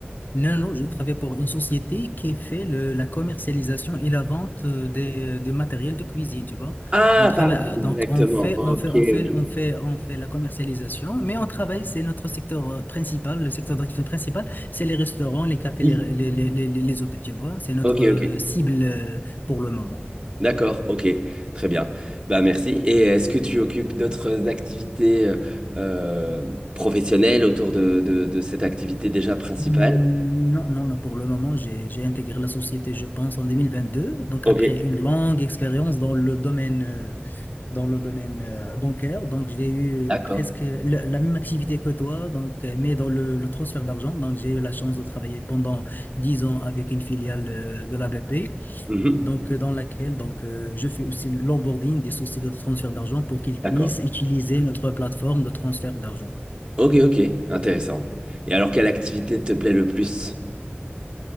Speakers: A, on the left; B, on the right.
A: Non, non, je travaille pour une société qui fait le- la commercialisation et la vente euh, des, du matériel de cuisine, tu vois.
B: Ah,
A: On travaille,
B: pardon,
A: euh,
B: exactement.
A: donc on fait,
B: Ok,
A: on fait, on fait,
B: ok.
A: on fait, on fait la commercialisation, mais on travaille, c'est notre secteur euh, principal, le secteur d'activité principal, c'est les restaurants, les cafés,
B: Oui.
A: les, les, les, les- les hôtels, tu vois. C'est notre
B: Ok,
A: euh,
B: ok.
A: cible euh, pour le moment.
B: D'accord, ok. Très bien. Bah merci. Et est-ce que tu occupes d'autres activités euh, euh, professionnelles autour de, de- de cette activité déjà principale?
A: Hmm, Non, non, non, pour le moment, j'ai, j'ai intégré la société, je pense, en 2022 donc
B: Ok.
A: après une longue expérience dans le domaine euh, dans le domaine euh, bancaire. Donc, j'ai eu
B: D'accord.
A: presque le- la même activité que toi, donc, euh, mais dans le, le transfert d'argent. Donc, j'ai eu la chance de travailler pendant 10 ans avec une filiale euh, de la BP,
B: Mhm.
A: donc, euh, dans laquelle donc, euh, je fais aussi l'onboarding des sociétés de transfert d'argent pour qu'ils puissent
B: D'accord.
A: utiliser notre plateforme de transfert d'argent.
B: Ok, ok. Intéressant. Et alors, quelle activité te plaît le plus?